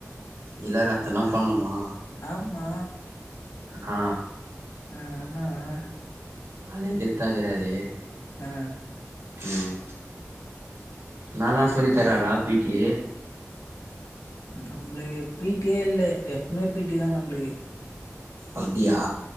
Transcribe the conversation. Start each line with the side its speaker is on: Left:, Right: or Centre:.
Right: இள ரத்தனா பண்ணுமா
Left: ஆமா
Right: ஆ
Left: அ என்ன ஆ
Right: ஆளே கெத்தாகிறாரு
Left: ஆ
Right: ம் நல்லா சொல்லி தராராப் பீ ட்டி
Left: நம்மளுக்கு பீட்டியே இல்ல எப்பமே பீ டி தா நம்ளுக்கு
Right: அப்டியா